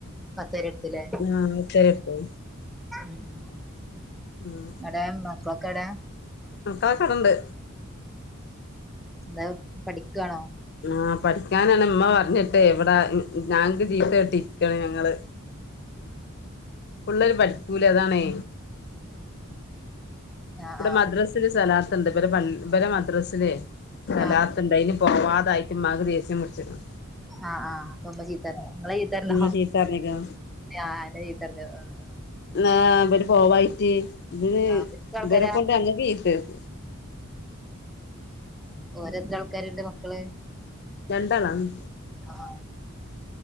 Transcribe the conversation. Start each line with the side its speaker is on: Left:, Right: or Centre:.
Centre: പത്തരെടുത്തില്ലേ
Left: ആ ഉച്ചരെ എടുത്തേ
Centre: ഉം
Left: ഉം
Centre: എടേ മക്ളൊക്കെ എടേ
Left: മക്കളൊക്കെ ആടെ ണ്ട്
Centre: ന്താ പഠിക്കണോ?
Left: ആഹ് പഠിക്കാനാണ് മ്മ പർഞ്ഞിട്ട് വിടാ ഞാങ്‌ ക്ക് ചീത്തേട്ടിരിക്കാണ് ഞങ്ങള് പിള്ളേര് പഠിക്കൂല അതാണേ
Centre: ആഹ്
Left: ഇവിടെ
Centre: ആഹ്
Left: മദ്രാസിൽ സലാത്ണ്ട് ബലെ പൾ ഇവരെ മദ്രസിലേ സലാത്ത്ണ്ട്
Centre: ആഹ്
Left: അയ്ന് പോവാതായ്ട്ട് ഇമ്മാക്ക് ദേസ്യം പുട്ച്ച്ക്ക്ണ്
Centre: ആഹ് ആഹ് അപ്പമ്മ ചീത്തർഞ്ഞ് ഇങ്ങളെ ചീത്തർഞ്ഞോ
Left: ഇന്നെ ചീത്ത പറഞ്ഞ്ക്ക്ണ്
Centre: ഞാ ന്നെ ചീത്തർഞ്ഞു ഓ
Left: ആഹ് ഇവര് പോവായിട്ട് ഇവര്
Centre: ആഹ് എത്ര ആൾക്കാരാ
Left: ഇവരെ കൊണ്ട് ഞങ്ങക്ക് ചീത്തേക്കും
Centre: ഓരെത്ര ആൾക്കാര്ണ്ട് മക്കള്
Left: രണ്ടാളാണ്
Centre: ആഹ്